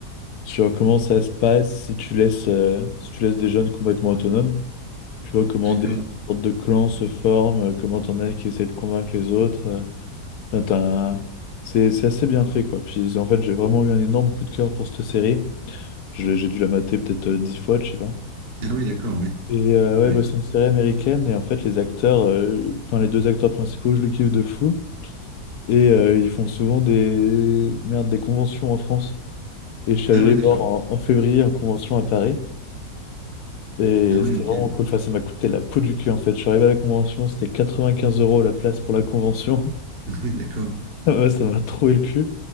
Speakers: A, on the left; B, on the right.
A: sur comment ça se passe si tu laisses, euh, si tu laisses des jeunes complètement autonomes. Tu vois comment
B: D'accord.
A: des, des sortes de clans se forment, euh, comment t'en as qui essaient de convaincre les autres. euh. Enfin, t'as un- c'est, c'est assez bien fait, quoi. Puis en fait, j'ai vraiment eu un énorme coup de cœur pour cette série. Je l'ai- J'ai dû la mater peut-être euh, dix fois, tu sais
B: Ah oui, d'accord, oui.
A: Et euh, ouais,
B: Ah Oui.
A: bah, c'est une série américaine et en fait les acteurs, euh, enfin les deux acteurs principaux, je les kiffe de fou. Et euh, ils font souvent des merde, des conventions en France. Et je suis allé
B: Ah
A: les
B: oui,
A: voir
B: d'accord.
A: en, en février en convention à Paris. Et
B: Ah oui,
A: c'était
B: ok.
A: vraiment cool. Enfin, ça m'a coûté la peau du cul en fait. Je suis arrivé à la convention, c'était 95 euros la place pour la convention. <laughs>
B: <laughs> Oui, D'accord.
A: Ouais, ça m'a troué le cul.